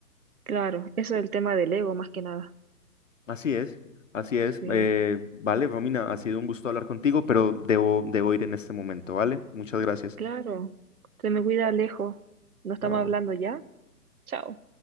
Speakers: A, on the right; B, on the left.
A: Claro, eso es el tema del ego más que nada.
B: Así es, así es.
A: Sí,
B: Eh,
A: Mm.
B: vale, Romina, ha sido un gusto hablar contigo, pero debo, debo ir en este momento, ¿vale? Muchas gracias.
A: claro. Se me cuida Alejo ¿No estamos
B: Chao.
A: hablando ya? Chao.